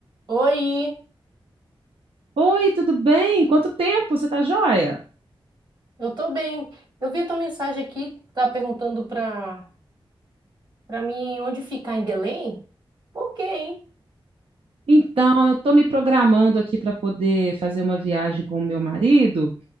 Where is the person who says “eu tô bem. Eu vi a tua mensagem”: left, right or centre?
Right